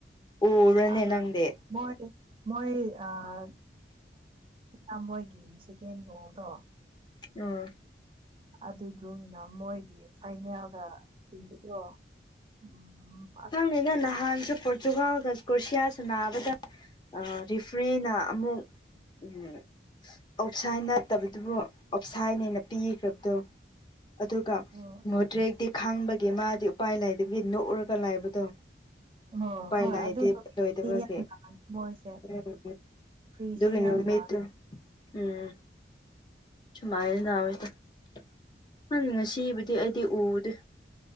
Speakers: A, on the left; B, on the right.
A: ꯑꯣꯔꯅꯦ
B: ꯑꯥ
A: ꯅꯪꯗꯤ
B: ꯃꯣꯏ ꯃꯣꯏ ꯑ ꯑꯣ ꯃꯣꯏꯒꯤ ꯁꯦꯀꯦꯟ ꯒꯣꯜꯗꯣ
A: ꯎ
B: ꯑꯗꯨꯒꯨꯝꯅ ꯃꯣꯏꯒꯤ ꯐꯥꯏꯅꯦꯜꯒ ꯄꯤꯕ꯭ꯔꯣ ꯎꯝ
A: ꯅꯪꯅꯦ ꯅꯍꯥꯟꯁꯨ ꯆꯖꯨꯒ ꯀꯣꯁꯤꯌꯥ ꯁ ꯅꯥꯕꯗ ꯔꯤꯐ꯭ꯔꯔꯤꯅ ꯑꯃꯨꯛ ꯎꯝ ꯑꯞꯁꯥꯏ ꯅꯠꯇꯕꯗꯨꯕꯨ ꯑꯞꯁꯥꯏꯠꯅ ꯄꯤꯈ꯭ꯔꯕꯗꯨꯣ ꯑꯗꯨꯒ
B: ꯑꯣ
A: ꯃꯨꯗ꯭ꯔꯦꯗꯤ ꯈꯥꯡꯕꯒꯤ ꯃꯥꯗꯤ ꯎꯄꯥꯏ ꯂꯩꯥꯏꯗꯕꯒꯤ ꯅꯣꯛꯎꯔꯒ ꯂꯥꯏꯕꯗꯣ
B: ꯍꯣꯏ
A: ꯎꯄꯥꯏ
B: ꯍꯣꯏ
A: ꯂꯥꯏꯗꯤ
B: ꯑꯗꯨ ꯅꯨꯃꯤꯠꯇꯗꯤ
A: ꯂꯣꯏꯗꯕꯒꯤ
B: ꯌꯥꯝ ꯂꯥꯛꯑꯅꯤ ꯃꯣꯏꯁꯦ
A: ꯎꯝ
B: ꯐ꯭ꯔꯤꯁꯦ
A: ꯎꯝ
B: ꯌꯥꯝ
A: ꯍꯅꯤ ꯃꯠꯇ
B: ꯂꯥꯛ
A: ꯎꯝ <unintelligible> ꯅꯪ ꯉꯁꯤꯕꯨꯗꯤ ꯑꯩꯗꯤ ꯎꯗꯦ